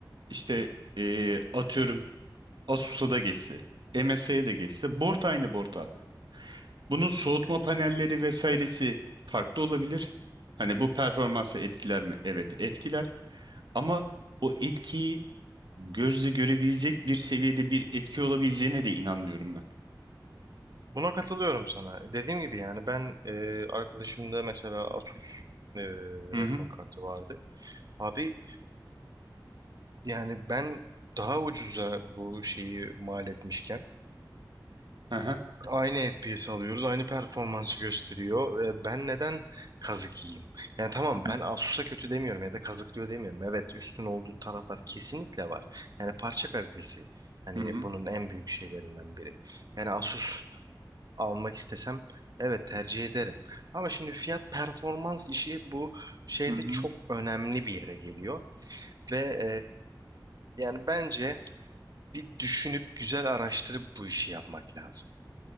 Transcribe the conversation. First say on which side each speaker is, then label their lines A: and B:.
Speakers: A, on the right; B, on the right.
A: işte e, atıyorum Asus'a da geçse, MSI'ye de geçse board aynı board abi. Bunun soğutma panelleri vesairesi farklı olabilir. Hani bu performansı etkiler mi? Evet etkiler. Ama o etkiyi gözle görebilecek bir seviyede bir etki olabileceğine de inanmıyorum ben.
B: Buna katılıyorum sana. E, Dediğim gibi yani ben e, arkadaşımda mesela Asus e,
A: Hı hı.
B: ekran kartı vardı. Abi yani ben daha ucuza bu şeyi mal etmişken
A: Hı hı.
B: Aynı FPS alıyoruz, aynı performansı gösteriyor. E, Ben neden kazık yiyeyim? Yani tamam ben Asus'a kötü demiyorum ya da kazıklıyor demiyorum. Evet üstün olduğu taraflar kesinlikle var. Yani parça kalitesi hani
A: Hı hı.
B: bunun en büyük şeylerinden biri. Yani Asus almak istesem evet tercih ederim. Ama şimdi fiyat performans işi bu şeyde
A: Hı hı.
B: çok önemli bir yere geliyor. Ve e, yani bence bir düşünüp güzel araştırıp bu işi yapmak lazım.